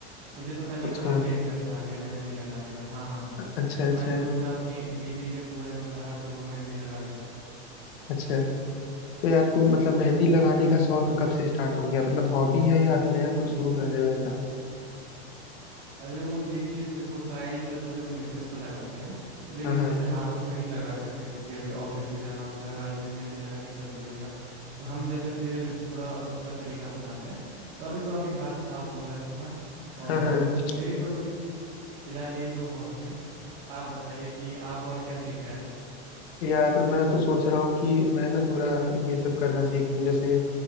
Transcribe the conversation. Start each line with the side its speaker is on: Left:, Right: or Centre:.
Right: मुझे पता नहीं
Left: अच्छा
Right: कहाँ से इंटरेस्ट आ गया मेहंदी लगाने का हाँ हाँ हाँ
Left: अच्छा
Right: तो
Left: अच्छा
Right: मैं तो मतलब अपनी बीबी के पूरे मतलब हर जगह मेहंदी लगा देता हूँ
Left: अच्छा तो यार तुम मतलब मेहंदी लगाने का शौक कब से स्टार्ट हो गया मतलब हॉबी है या अभी नया कुछ शुरू कर रहे हो ऐसा
Right: अरे वो देखिए देखो ट्रायल के लिए तो अभी हम मिसेस पे लगाते हैं तो लेकिन
Left: हाँ हाँ
Right: जैसे हाथों पे नहीं लगा सकते क्योंकि अभी ऑफिस भी जाना होता है हर दिन मेहंदी लगाएंगे तो अजीब लगेगा तो हम जैसे फिर थोड़ा दूसरा तरीका अपनाते हैं तो अभी तो अभी हाथ साफ हो रहा है अपना
Left: हाँ
Right: और
Left: हाँ
Right: मेरी तो अभी फिलहाल यही दो हॉबी है आप बताइए कि आप और क्या सीख रहे हैं
Left: यार मैं तो सोच रहा हूँ कि मैं ना थोड़ा ये सब करना सीख लूँ जैसे